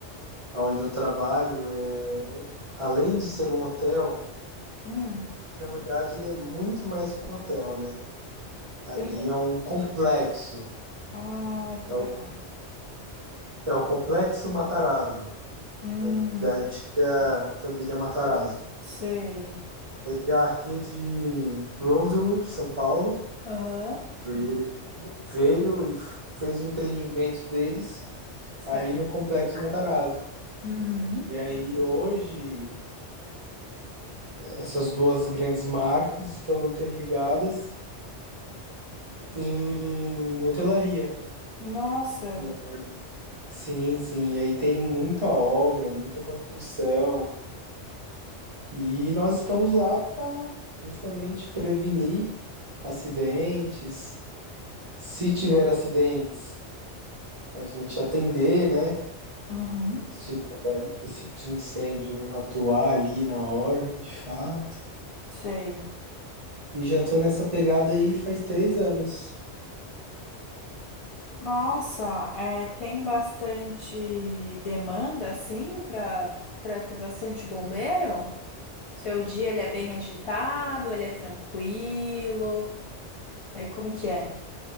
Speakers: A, on the right; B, on the left.
A: onde eu trabalho, é, além de ser um hotel,
B: Hum.
A: é que na verdade ele é muito mais que um hotel, né? Ali
B: É.
A: é um complexo.
B: Ah,
A: É o,
B: tá.
A: é o Complexo Matarazzo,
B: Hum,
A: an- da antiga família Matarazzo.
B: sei.
A: E a rede Rosewood, São Paulo,
B: Aham.
A: veio, veio e f- fez o empreendimento deles
B: Certo.
A: ali no Complexo Matarazzo.
B: Uhum.
A: E aí hoje essas duas grandes marcas estão interligadas em hotelaria.
B: Nossa,
A: E é- sim, sim. E aí tem muita obra, muita construção. E nós estamos lá para justamente prevenir acidentes. Se tiver acidentes, a gente atender, né?
B: uhum,
A: Se o princípio de incêndio atuar ali na hora, de fato.
B: sei.
A: E já tô nessa pegada aí faz três anos.
B: Nossa, é, tem bastante demanda assim para para ter bastante bombeiro? Seu dia ele é bem agitado, ele é tranquilo. Aí como que é?